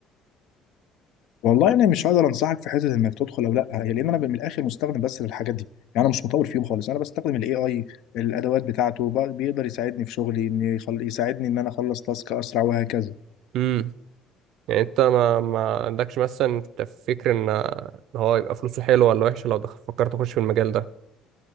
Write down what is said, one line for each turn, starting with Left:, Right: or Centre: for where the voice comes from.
Left: والله انا مش هقدر انصحك في حته انك تدخل او لا هي لان انا من الاخر مستخدم بس للحاجات دي يعني انا مش مطور فيهم خالص انا بستخدم الاي اي الادوات بتاعته ب- بيقدر يساعدني في شغلي ان يخل... يساعدني ان انا اخلص تاسك اسرع وهكذا
Right: امم يعني انت ما ما عندكش مثلا انت فكر ان إن هو يبقى فلوسه حلوه ولا وحشه لو دخل فكرت اخش في المجال ده